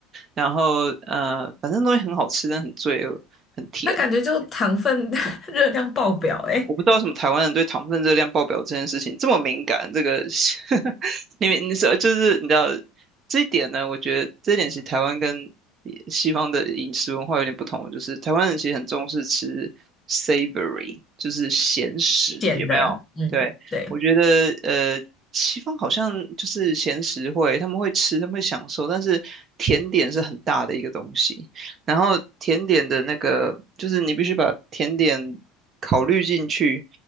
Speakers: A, on the right; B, on the left.
A: 然后呃，反正东西很好吃，但很罪恶，很甜。
B: 它感觉就糖分 <laughs> 热量爆表诶、
A: 我不知道为什么台湾人对糖分热量爆表这件事情这么敏感，这个 <laughs> 你们你说就是你知道这一点呢？我觉得这一点其实台湾跟西方的饮食文化有点不同，就是台湾人其实很重视吃 savory，就是咸食，
B: 咸的，
A: 有没有？
B: 嗯对，
A: 对，我觉得呃，西方好像就是咸食会，他们会吃，他们会享受，但是甜点是很大的一个东西。然后甜点的那个，就是你必须把甜点考虑进去，